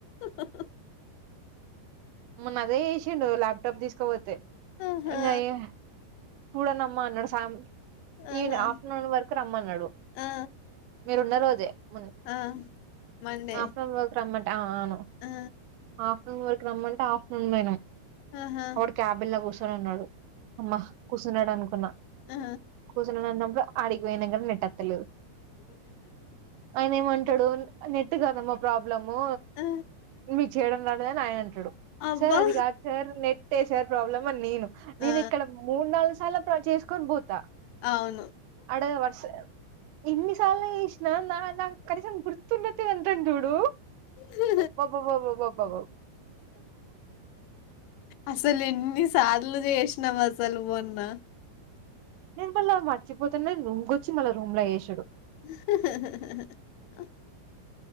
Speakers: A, on the left; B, on the right.
A: హా హా
B: మొన్న అదే చేసిండు ల్యాప్టాప్ తీస్కోపోతే
A: ఆహా
B: ఇంగ అయె చూడండమ్మ అన్నాడు సామ్
A: ఆహా
B: ఈవ్ ఆఫ్టర్నూన్ వరకు రమ్మన్నాడు
A: ఆ
B: మీరు ఉన్న రోజె మొన్న
A: ఆ మండే
B: ఆఫ్టర్నూన్ వరకు రమ్మన్ ఆ అవును
A: ఆ
B: ఆఫ్టర్నూన్ వరకు రమ్మంటే ఆఫ్టర్నూన్ పోయినం
A: ఆహా
B: వాడు క్యాబిన్ల కూసోని ఉన్నాడు అమ్మా సున్నడనుకున్నా
A: ఆ
B: కూసున్నడన్నప్పుడు ఆడికిపోయిన గాని నెట్టేత్తలేదు. ఆయన ఏమంటడు నెట్ కాదమ్మా ప్రాబ్ బ్లము
A: ఆ,
B: మీకు చేయడం రాదని ఆయన అంటడు
A: అబ్బా
B: సార్ అది కాదు సార్ నెట్ నెట్టే సార్ ప్రాబ్లమ్ అని నేను
A: ఆ
B: నేను ఇక్కడ మూడు నాలుగు సార్లు చేస్కొని బోతా
A: అవును
B: అడెదోవర్సె ఇన్ని సార్లు చేస్ న న నా కనీసం గుర్తున్నట్టే అంటం జూడు
A: హ
B: అబ్బబ్బబ్బ్బ్బ్ బౌ
A: అస్సలు ఎన్ని సార్లు చేసినాం అస్సలు వ న
B: నేను మళ్ళా మర్చిపోతనే రూమ్కి వచ్చి మళ్ళా రూమ్ లో వేసాడు
A: అహహా